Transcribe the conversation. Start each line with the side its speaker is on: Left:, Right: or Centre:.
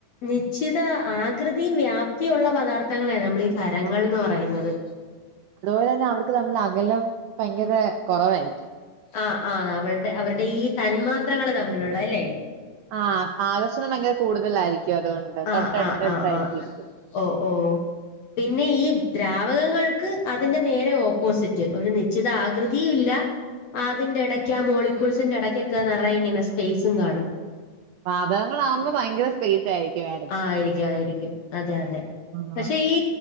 Left: നിശ്ചിത ആകൃതിയും വ്യാപ്തിയും ഒള്ള പദാർത്ഥങ്ങളെ നമ്മൾ ഈ ഖരങ്ങൾന്ന് പറയുന്നത്.
Right: അതുപോലെന്നെ അവർക്ക് തമ്മില്ള്ള അകലം ഭയങ്കര കൊറവായിരിക്കും
Left: ആഹ് ആഹ് അവൾടെ അവര്ടെ ഈ തന്മാത്രകൾ തമ്മിലുള്ള ല്ലെ
Right: ആഹ് ആകർഷണം ഭയങ്കര കൂടുതലായിരിക്കും അതുകൊണ്ട്
Left: ആ
Right: തൊട്ടടുത്തടുത്തായിരിക്കും.
Left: ആ ആ ആ ഓ ഓ പിന്നെ ഈ ദ്രാവകങ്ങൾക്ക് അതിന്റെ നേരെ ഓപ്പോസിറ്റ് ഒരു നിശ്ചിത ആകൃതിയും ഇല്ല ആ അതിന്റെ എടയ്ക്ക ആ മോലിക്കുൾസിന്റെ എടയ്ക്കൊക്കെ നറേ ഇങ്ങനെ സ്പേയ്സും കാണും
Right: വാതകങ്ങള ആകുമ്പോ ഭയങ്കര സ്പേസ് ആയിരിക്കും ആ
Left: ആ ആയിരിക്കും ആയിരിക്കും അതെ അതെ
Right: ആഹ്
Left: പക്ഷെ ഈ